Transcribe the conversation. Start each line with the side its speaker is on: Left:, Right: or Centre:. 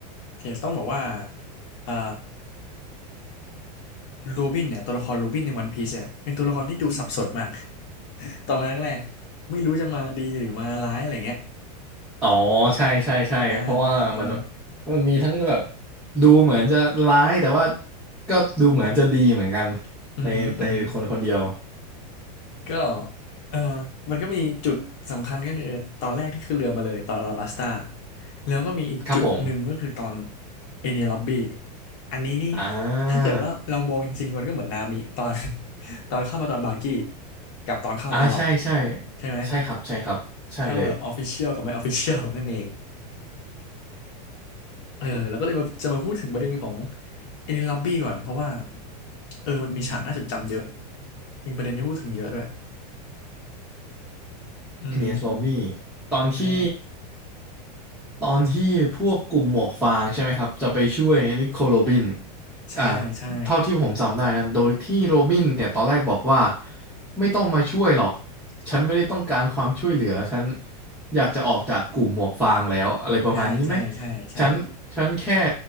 Left: โอเคต้องบอกว่าอ่าโรบินเนี่ยตัวละครโรบินในวันพีซเนี่ยเป็นตัวละครที่ดูสับสนมาก <laughs> ตอนแรกแรกไม่รู้จะมาดีหรือมาร้ายอะไรเงี้ย
Centre: อ๋อใช่ใช่ใช่เพราะว่ามัน
Left: อ่าอ่าอ่า
Centre: มันมีทั้งแบบดูเหมือนจะร้ายแต่ว่าก็ดูเหมือนจะดีเหมือนกัน
Left: อือหืออือหือ
Centre: ในในคนคนเดียว
Left: ก็เออมันก็มีจุดสำคัญก็คือตอนแรกที่ขึ้นเรือมาเลยตอนอาราบัสตาแล้วก็มีอีกจุดหนึ่งก็คือตอน
Centre: ครับผม
Left: เอเนียล็อบบี้อันนี้นี่
Centre: อ่า
Left: ถ้าเกิดว่าเรามองจริงๆมันก็เหมือนนามิตอน <laughs> ตอนเข้ามาตอนบาร์กี้กับตอนเข้าอาลอง
Centre: อ่าใช่ใช่
Left: ใช่ไหม
Centre: ใช่ครับใช่ครับใช่เลย
Left: เข้าแบบออฟฟิเชียลกับไม่ออฟฟิเชียลนั่นเองเออแล้วก็เลยมาจะมาพูดถึงประเด็นของเอนิล็อบบี้ก่อนเพราะว่าเออมันมีฉากน่าจดจำเยอะมีประเด็นที่พูดถึงเยอะด้วยอืมอืม
Centre: เอดนี e s Lobby ตอนที่
Left: ใช่
Centre: ตอนที่พวกกลุ่มหมวกฟางใช่ไหมครับจะไปช่วยนิโคลโรบิน
Left: ใช่ใช่
Centre: อ่าเท่าที่ผมจำได้นะโดยที่โรบินเนี่ยตอนแรกบอกว่าไม่ต้องมาช่วยหรอกฉันไม่ได้ต้องการความช่วยเหลือฉันอยากจะออกจากกลุ่มหมวกฟางแล้วอะไรประมาณนี้ไหม
Left: ใช่ ใช่ ใช่ใช่
Centre: ฉันฉันแค่